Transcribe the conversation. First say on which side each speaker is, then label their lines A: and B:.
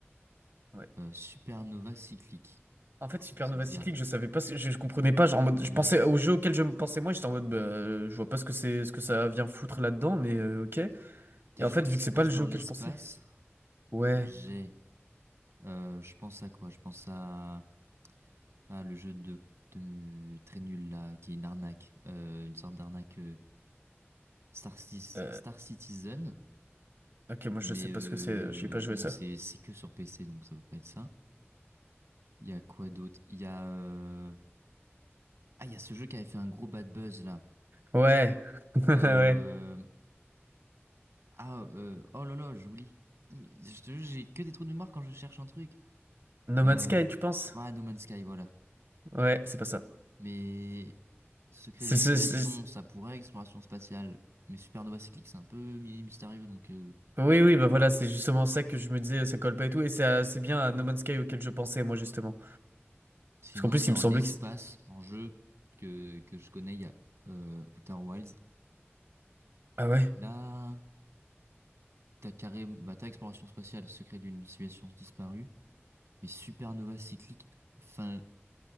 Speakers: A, on the right; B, on the right.
A: jeu-là. Ouais.
B: Euh, supernova cyclique.
A: En fait, Supernova
B: C'est bizarre.
A: Cyclique, je savais pas, ce- je, je comprenais pas, genre en mode, je
B: Ouais.
A: pensais au jeu auquel je me pensais moi, j'étais en mode, bah, euh, je vois pas ce que c'est, ce que ça vient foutre là-dedans, mais euh, ok.
B: Des
A: Et en
B: jeux
A: fait,
B: qui
A: vu que
B: se
A: c'est
B: passent
A: pas le jeu
B: dans
A: auquel
B: l'espace,
A: je pensais, ouais.
B: j'ai. euh, je pense à quoi? Je pense à, à le jeu de, de- très nul là, qui est une arnaque. Euh, une sorte d'arnaque euh, Star, Cis-
A: Euh,
B: Star Citizen.
A: ok, moi
B: Mais
A: je sais pas
B: euh,
A: ce que c'est, j'ai pas joué
B: bon,
A: ça.
B: c'est c'est que sur PC, donc ça peut pas être ça. Il y a quoi d'autre? Il y a euh, ah il y a ce jeu qui avait fait un gros bad buzz là.
A: Ouais, <laughs>
B: Euh,
A: ouais.
B: Ah euh, oh là là j'oublie. Putain, mais Je te jure j'ai que des trous de mémoire quand je cherche un truc.
A: No
B: Euh...
A: Man's Sky, tu penses?
B: Ouais No Man's Sky voilà.
A: Ouais, c'est pas ça.
B: Mais Secret
A: C'est
B: d'une
A: ce,
B: civilisation ça pourrait exploration spatiale. Mais Supernova Cyclique c'est un peu mi- mystérieux donc. euh,
A: Oui, oui, bah voilà, c'est justement ça que je me disais, ça colle pas et tout, et c'est à- c'est bien à No Man's Sky auquel je pensais, moi, justement.
B: Sinon
A: Parce qu'en plus,
B: dans
A: il me semblait
B: l'espace
A: que... c'est-
B: en jeu que que je connais il y a euh, Outer Wilds.
A: Ah ouais?
B: Là t'as carré bah t'as exploration spatiale Secret d'une civilisation disparue. Mais supernova cyclique, enfin,